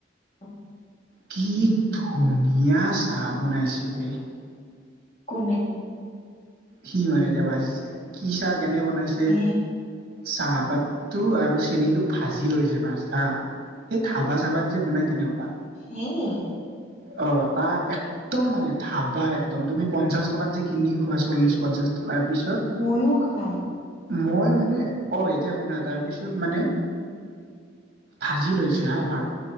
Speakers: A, on the left (about 40°); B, on the right (about 55°).
A: উম
B: কি ধুনীয়া চাহ বনাইছ বে
A: কোনে
B: সি মানে যাবািছে কি চাহ কেনেক বনাইছে
A: হে
B: চাপ চপাতটো আৰু চেনটো ভাজি লৈছে পচা সেই ধাবা চাবাত যে বনাই তেনেকুৱা
A: হেই
B: অ তা একদম মানে ধাবা একদম তুমি পঞ্চাশ টকাত যে কিনি খোৱাছ ্ি পাি
A: ময়ো খাম
B: মই মানে অ এতিয়া শুনা তাৰপিছত মানে ভাজি লৈছো হা ভ